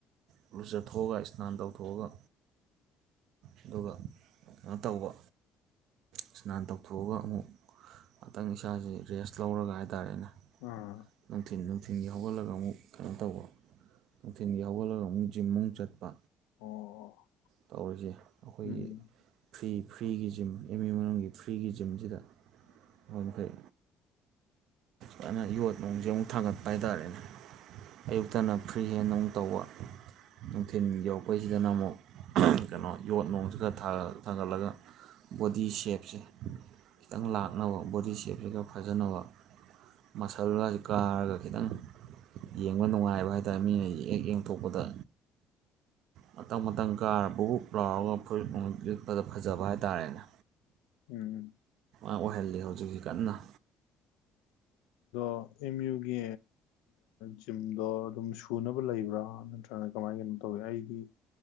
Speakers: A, on the right (about 70°); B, on the left (about 80°).
A: ꯨ ꯂꯨꯖꯥꯊꯣꯛꯑꯒ ꯏꯁꯅꯥꯟ ꯇꯧꯊꯣꯛꯑꯒ ꯑꯗꯨꯒ ꯀꯩꯅꯣ ꯇꯧꯕ ꯏꯁꯅꯥꯟ ꯇꯧꯊꯣꯛꯑꯒ ꯑꯃꯨꯛ ꯉꯥꯛꯇꯪ ꯏꯁꯥꯁꯦ ꯔꯦꯁ ꯂꯧꯔꯒ ꯍꯥꯏꯇꯥꯔꯦꯅꯦ
B: ꯑꯥ
A: ꯅꯨꯡꯊꯤꯟ ꯅꯨꯡꯊꯤꯟꯒꯤ ꯍꯧꯒꯠꯂꯒ ꯑꯃꯨꯛ ꯀꯩꯅꯣ ꯇꯧꯕ ꯅꯨꯡꯊꯤꯟꯜꯒꯤ ꯍꯧꯒꯠꯂꯒ ꯑꯃꯨꯛ ꯖꯤꯝꯃꯨꯛ ꯆꯠꯄ
B: ꯑꯣ
A: ꯇꯧꯔꯤꯁꯦ ꯑꯩꯈꯣꯏꯒꯤ
B: ꯎꯝ
A: ꯐ꯭ꯔꯤ ꯐ꯭ꯔꯤꯒꯤ ꯖꯤꯝ ꯑꯦꯝ ꯌꯨ ꯃꯅꯨꯡꯒꯤ ꯐ꯭ꯔꯤꯒꯤ ꯖꯤꯝꯁꯤꯗ ꯑꯣꯝꯈꯩ ꯖꯅ ꯌꯣꯠ ꯅꯨꯡꯁꯦ ꯑꯃꯨꯛ ꯊꯥꯡꯒꯠꯄ ꯍꯥꯏꯇꯥꯔꯦꯅꯦ ꯑꯌꯨꯛꯇꯅ ꯐ꯭ꯔꯤ ꯍꯦꯟ ꯑꯃꯨꯛ ꯇꯧꯕ ꯅꯨꯡꯊꯤꯜ ꯌꯧꯔꯛꯄꯩꯁꯤꯗꯅ ꯑꯃꯨꯛ ꯀꯩꯅꯣ ꯌꯣꯠ ꯅꯨꯡꯁꯤ ꯈ ꯊꯥꯒꯠꯂꯒ ꯕꯣꯗꯤ ꯁꯦꯞꯁꯦ ꯈꯤꯇꯪ ꯂꯥꯛꯅꯕ ꯕꯣꯗꯤ ꯁꯦꯞꯁꯦ ꯈꯔ ꯐꯖꯅꯕ ꯃꯁꯜꯒꯁꯤ ꯀꯥꯔꯒ ꯈꯤꯇꯪ ꯌꯦꯡꯕ ꯅꯨꯡꯉꯥꯏꯕ ꯍꯥꯏꯇꯥꯔꯦ ꯃꯤꯉꯪꯁꯦ ꯍꯦꯛ ꯌꯦꯡꯊꯣꯛꯄꯗ ꯃꯇꯪ ꯃꯇꯪ ꯀꯥꯔꯕꯨꯛ ꯂꯥꯎꯔꯒ ꯐꯨꯔꯤꯠ ꯂꯤꯠꯄꯗ ꯐꯖꯕ ꯍꯥꯏꯇꯥꯔꯦꯅꯦ
B: ꯎꯝ
A: ꯑꯣꯏꯍꯜꯂꯤ ꯍꯧꯖꯤꯛꯁꯤ ꯀꯟꯅ
B: ꯑꯦꯝ ꯌꯨꯒꯤ ꯖꯤꯝꯗꯣ ꯑꯗꯨꯝ ꯁꯨꯅꯕ ꯂꯩꯕ꯭ꯔꯥ ꯅꯠꯇ꯭ꯔ ꯅ ꯀꯃꯥꯏ ꯀꯩꯅꯣ ꯇꯧꯏ ꯑꯩꯗꯤ